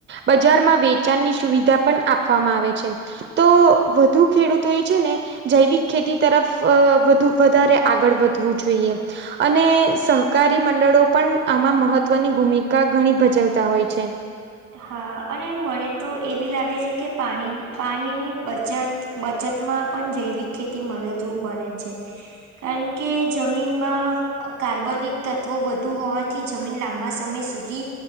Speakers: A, on the right; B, on the right.
A: બજારમાં વેચાણની સુવિધા પણ આપવામાં આવે છે. તો વધુ ખેડૂતો એ છે ને જૈવિક ખેતી તરફ, વધુ વધારે આગળ વધવું જોઈએ. અને, સહકારી મંડળો પણ આમાં મહત્વની ભૂમિકા ઘણી ભજવતા હોય છે.
B: હા, અને મને તો એ બી લાગે છે કે પાણી, પાણીની બચાત, બચત માં પણ જૈવિક ખેતી મદદરૂપ બને છે, કારણ કે જમીનમાં, કાર્બનિક તત્વો વધુ હોવાથી જમીન <unintelligible> <unintelligible> સમય સુધી